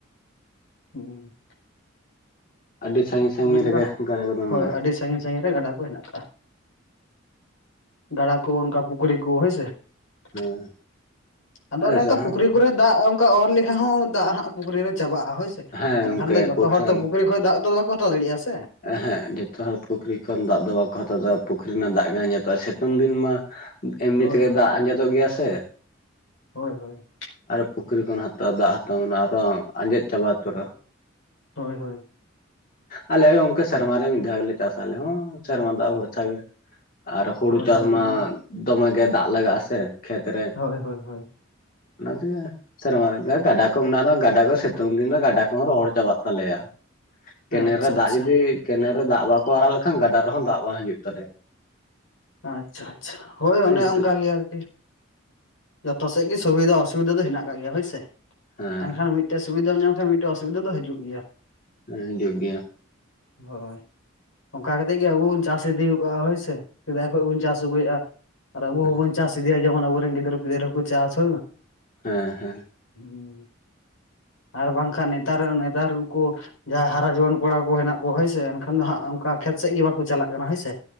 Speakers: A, on the left (about 80°); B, on the left (about 45°).
A: <unintelligible>
B: ᱟᱹᱰᱤ ᱥᱟᱺᱜᱤᱧ ᱥᱟᱺᱜᱤᱧ
A: ᱚᱱᱮ ᱚᱱᱠᱟ
B: ᱨᱮᱜᱮ ᱜᱟᱰᱟ ᱠᱚ ᱫᱚ
A: ᱦᱳᱭ
B: ᱢᱮᱱᱟᱜᱼᱟ᱾
A: ᱟᱹᱰᱤ ᱥᱟᱺᱜᱤᱧ ᱥᱟᱺᱜᱤᱧ ᱨᱮ ᱜᱟᱰᱟ ᱠᱚ ᱦᱮᱱᱟᱜ ᱠᱟᱫᱟ, <inaudible> ᱜᱟᱰᱟ ᱠᱚ ᱚᱱᱠᱟ ᱯᱩᱠᱷᱨᱤ ᱠᱚ ᱦᱳᱭᱥᱮ᱾
B: ᱦᱮᱸ
A: <inaudible> ᱟᱫᱚ
B: ᱟᱞᱮ
A: ᱚᱱᱮ
B: ᱥᱮᱫ
A: ᱚᱱᱠᱟ ᱯᱩᱠᱷᱨᱤ
B: ᱦᱚᱸ
A: ᱠᱚᱨᱮ ᱫᱟᱜ ᱚᱱᱠᱟ ᱚᱨ ᱞᱮᱠᱷᱟᱡ ᱦᱚᱸ ᱫᱟᱜ ᱦᱟᱸᱜ ᱯᱩᱠᱷᱨᱤ ᱨᱮ ᱪᱟᱵᱟᱜᱼᱟ, ᱦᱳᱭ ᱥᱮ
B: ᱦᱮᱸ
A: ᱮᱱᱠᱷᱟᱱ
B: ᱜᱚᱝᱠᱮ
A: ᱫᱚ ᱡᱚᱛᱚ ᱦᱚᱲ
B: ᱨᱮᱱᱟᱜ
A: ᱛᱚ ᱯᱩᱠᱷᱨᱤ- ᱠᱚᱭ ᱫᱟᱜ ᱫᱚ ᱟᱫᱚ ᱵᱟᱠᱚ ᱦᱟᱛᱟᱣ ᱫᱟᱲᱮᱭᱼᱟ ᱥᱮ᱾
B: ᱮᱸᱦᱮᱸᱜ ᱡᱚᱛᱚ ᱦᱚᱲ ᱯᱩᱠᱷᱨᱤ ᱠᱷᱚᱱ ᱫᱟᱜ ᱫᱚ ᱵᱟᱠᱚ ᱦᱟᱛᱟᱣ ᱫᱟ, ᱯᱩᱠᱷᱨᱤ ᱨᱮᱱᱟᱜ ᱫᱟᱜ ᱜᱮ ᱟᱡᱮᱸᱫᱚᱜ-ᱟ ᱥᱤᱛᱩᱝ ᱫᱤᱱ ᱢᱟ ᱮᱢᱱᱤ
A: ᱦᱳᱭ
B: ᱛᱮᱜᱮ
A: ᱦᱳᱭ
B: ᱫᱟᱜ ᱟᱸᱡᱮᱫᱚᱜ ᱜᱮᱭᱟ ᱥᱮ᱾ <unintelligible>
A: ᱦᱳᱭ,
B: ᱟᱨᱚ ᱯᱩᱠᱷᱨᱤ ᱠᱷᱚᱱ ᱦᱟᱛᱟᱣ ᱫᱟᱜ ᱦᱟᱛᱟᱣ ᱢᱟᱱᱮ ᱟᱨᱚ ᱟᱸᱡᱮᱫ ᱪᱟᱵᱟ ᱩᱛᱟᱹᱨᱚᱜ-ᱟ᱾
A: ᱦᱳᱭ ᱦᱳᱭ,
B: ᱟᱞᱮ ᱜᱚᱝᱠᱮ ᱥᱮᱨᱢᱟ ᱨᱮ ᱢᱤᱫ ᱫᱷᱟᱣ ᱜᱮᱞᱮ ᱪᱟᱥᱟ, ᱟᱞᱮ ᱦᱚᱸ ᱥᱮᱨᱢᱟ ᱫᱟᱜ ᱵᱷᱚᱨᱥᱟ ᱜᱮ᱾ ᱟᱨ ᱦᱩᱲᱩ
A: ᱦᱳᱭ ᱦᱳᱭ
B: ᱪᱟᱥ
A: ᱦᱳᱭ
B: ᱢᱟ,
A: ᱦᱮᱸ
B: ᱫᱚᱢᱮᱜᱮ ᱫᱟᱜ ᱞᱟᱜᱟᱜ ᱟᱥᱮ ᱠᱷᱮᱛᱨᱮ᱾ <unintelligible>
A: ᱦᱳᱭ ᱦᱳᱭ ᱦᱳᱭ
B: ᱯᱟᱪᱮᱫ <unintelligible> ᱥᱮᱨᱢᱟ ᱨᱮ ᱢᱤᱫ ᱫᱷᱟᱣ ᱜᱟᱰᱟ ᱠᱚ ᱢᱮᱱᱟᱜᱼᱟ, ᱫᱚ ᱜᱟᱰᱟ ᱠᱚ ᱥᱤᱛᱩᱝ ᱫᱤᱱ ᱫᱚ ᱜᱟᱰᱟ ᱠᱚᱦᱚᱸ ᱨᱚᱦᱚᱲ ᱪᱟᱵᱟᱜ ᱛᱟᱞᱮᱭᱟ᱾ ᱠᱮᱱᱮᱞ
A: ᱟᱪᱪᱷᱟ
B: ᱨᱮ ᱫᱟᱜ
A: ᱟᱪᱪᱷᱟ
B: ᱡᱩᱫᱤᱪ ᱠᱮᱱᱮᱞ ᱨᱮ ᱫᱟᱜ ᱵᱟᱠᱚ ᱟᱲᱟᱜ ᱞᱮᱠᱷᱟᱱ ᱜᱟᱰᱟ ᱨᱮᱦᱚᱸ ᱫᱟᱜ ᱵᱟᱝ ᱦᱤᱡᱩᱜ ᱛᱟᱞᱮᱭᱟ᱾
A: ᱟᱪᱪᱷᱟ ᱟᱪᱪᱷᱟ, ᱦᱳᱭ
B: ᱟᱨ
A: ᱚᱱᱮ
B: ᱱᱤᱛᱚᱜ
A: ᱚᱱᱠᱟ ᱜᱮ ᱟᱨ ᱠᱤ᱾ ᱡᱚᱛᱚ ᱥᱮᱜ ᱜᱮ ᱥᱩᱵᱤᱫᱟ ᱚᱥᱩᱵᱤᱫᱟ ᱫᱚ ᱦᱮᱱᱟᱜ ᱟᱠᱟᱜ ᱜᱮᱭᱟ ᱦᱳᱭ ᱥᱮ,
B: ᱦᱮᱸ
A: ᱮᱱᱠᱷᱟᱱᱼᱼ ᱴᱮᱡ‌ ᱥᱩᱵᱤᱫᱟᱢ ᱧᱟᱢ ᱠᱷᱟᱱ ᱢᱤᱫᱴᱮᱱ ᱚᱥᱩᱵᱤᱫᱟ ᱫᱚ ᱦᱟᱹᱡᱩᱜ ᱜᱮᱭᱟ᱾
B: ᱦᱤᱡᱩᱜ ᱜᱮᱭᱟ᱾
A: ᱦᱚᱭ᱾ <unintelligible> ᱚᱝᱠᱟ ᱠᱟᱛᱮᱜ ᱜᱮ ᱟᱵᱚ ᱵᱚᱱ ᱪᱟᱥ ᱤᱫᱤᱣ ᱠᱟᱜ-ᱟ ᱦᱳᱭ ᱥᱮ, ᱥᱮᱫᱟᱭ ᱠᱷᱚᱱ ᱵᱚᱱ ᱪᱟᱥ ᱟᱹᱜᱩᱭᱮᱜ-ᱟ᱾ ᱟᱨ ᱟᱹᱵᱩ
B: ᱦᱮᱸ
A: ᱦᱚᱸᱵᱩᱱ ᱪᱟᱥ ᱤᱫᱤᱭᱟ ᱡᱮᱢᱚᱱ ᱟᱵᱚ ᱨᱮᱱ ᱜᱤᱫᱽᱟᱹᱨᱼ ᱯᱤᱫᱟᱹᱨ ᱦᱚᱸ ᱠᱚ ᱪᱟᱥ ᱦᱳᱭ ᱢᱟ᱾
B: ᱦᱮᱸ ᱦᱮᱸ᱾
A: <unintelligible> ᱦᱩᱸ ᱟᱨ ᱵᱟᱝᱠᱷᱟᱱ ᱱᱮᱛᱟᱨ ᱨᱮᱱ ᱱᱮᱛᱟᱨ ᱩᱱᱠᱩᱼᱼ ᱡᱟᱦᱟᱸᱭ ᱦᱟᱨᱟ ᱡᱩᱣᱟᱹᱱ ᱠᱚᱲᱟ ᱠᱚ ᱦᱮᱱᱟᱜ ᱠᱚᱣᱟ ᱦᱳᱭ ᱥᱮ, ᱮᱱᱠᱷᱟᱱ ᱫᱚ ᱦᱟᱸᱜ ᱚᱱᱠᱟ ᱠᱷᱮᱛ ᱥᱮᱜ ᱜᱮ ᱵᱟᱠᱚ ᱪᱟᱞᱟᱜ ᱠᱟᱱᱟ ᱦᱳᱭ ᱥᱮ᱾